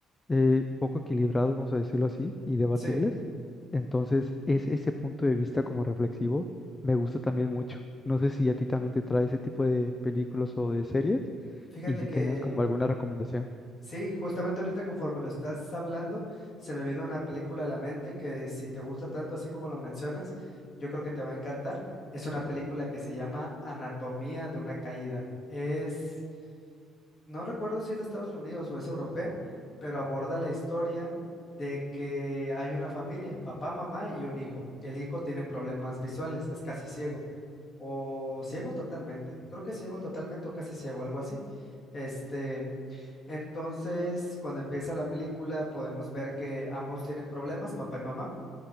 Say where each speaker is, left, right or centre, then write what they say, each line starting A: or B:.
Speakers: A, on the left (about 15°); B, on the left (about 40°).
A: eh, poco equilibradas, vamos a decirlo así, y debatibles.
B: sí,
A: Entonces, es ese punto de vista como reflexivo, me gusta también mucho. No sé si a ti también te trae ese tipo de películas o de series
B: fíjate
A: y si
B: que
A: tengas como alguna recomendación.
B: sí, justamente ahorita conforme lo estás hablando, se me vino una película a la mente que si te gusta tanto así como lo mencionas, yo creo que te va a encantar. Es una película que se llama Anatomía de una caída. Es no recuerdo si es de Estados Unidos o es europea, pero aborda la historia de que hay una familia, papá, mamá y un hijo. El hijo tiene problemas visuales, es casi ciego o ciego totalmente. Creo que ciego totalmente o casi ciego, algo así. Este, entonces, cuando empieza la película, podemos ver que ambos tienen problemas, papá y mamá